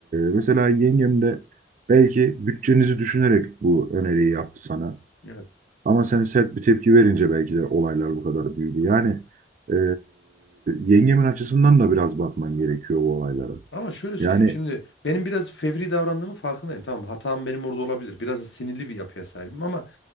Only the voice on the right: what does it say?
mesela yengem de belki bütçenizi düşünerek bu öneriyi yaptı sana.
Ama sen sert bir tepki verince belki de olaylar bu kadar büyüdü. Yani ee, yengemin açısından da biraz bakman gerekiyor bu olaylara.
Yani